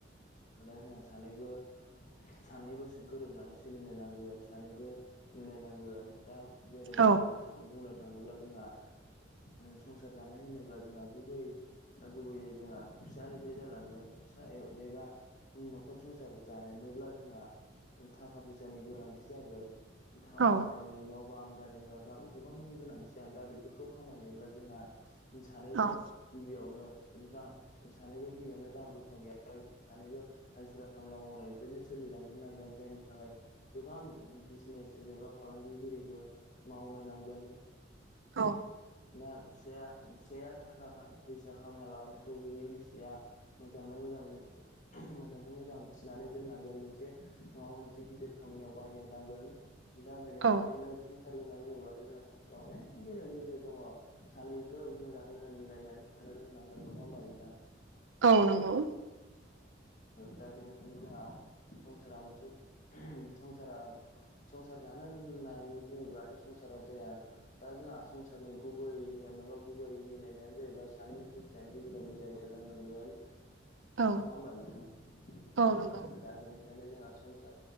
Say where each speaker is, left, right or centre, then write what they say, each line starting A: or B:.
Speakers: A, on the left; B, on the right.
A: होनब्ला जोंहा सानैबो सानैबो गोरोबनानै सोलिनो नांगोन सानैबो मिलायनांगोन दा जेरै बुंनानै
B: औ
A: थ बुंनो थाङोब्ला जोंहा ओ संसार जानाय होनोब्ला जोंहा गुबै गुबैयै जोंहा फिसानिफ्राय जालाङो फिसा एबा न'खर संसार दानोब्ला जोंहा थाखा फैसानि गोनांथि जागोन। थाखा
B: औ
A: फैसानि न'बा आं गारि गोरा गा गोबांनि गोनांथि जागोन दा बेफोरखौ खामायनोब्ला जोंहा सानैबो
B: औ
A: गिबियावनोां सानैबो गिबियावनो रां रुफा गैयाब्ला सानैबो हाजिरा खामला मावनायनिफ्रायनो सोलिलांजेननांगोन जायनि थाखाय गोबां बिजनेस एबा फालांगिगिरिबो मावनो नांगो
B: औ
A: <unintelligible> दा फिसाया फिसाया थाखा फैसा खामायना लाबोनायखौ बिनि बिसिया मोजाङै मोजां मोजाङै मोजां थिनानै दोननांगोन मोनसे नङाबा मोनसे गिदिर खामानियाव बाहायनो नांगोन। दा बेनिखायनो
B: औ
A: संसार होननानै बुङोब्लाथ' जोंहा संसाराव अनेक बेलेग बेजेग दङ। सानैबो मोजांङै मोजां मिलायनानै थानो रोंनांगोन नंङा होमबा नोंथां?
B: औ नंगौ।
A: दा बेनिखायनो जोंहा संसारा मोनसे संसारा संसार जानो होननानै बुङोब्लाथ' संसारा जाया। दा जोंहा संसारनि गुबै नेयम एबा गुबै मिलायनायानो जाहैबाय सानै फिसानि गेजेराव मिलायनो रोंनांगोन।
B: औ
A: नङा होमबा नोंथां
B: औ नंगौ
A: दा बेनिखायनो जोंहा संसार